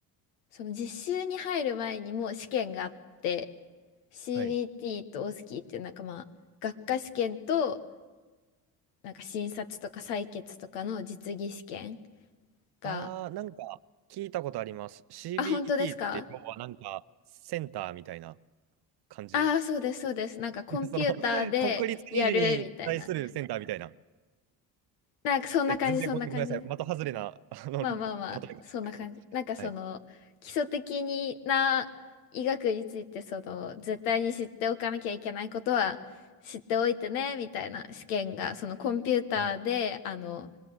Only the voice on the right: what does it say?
はい。
ああ、なんか聞いたことあります。CBT
って要はなんかセンターみたいな感じ
その、国立二次に対するセンターみたいな。
え、全然ごめんなさい。的外れな、あの、
例えかもしれないですけど。
はい。
はい。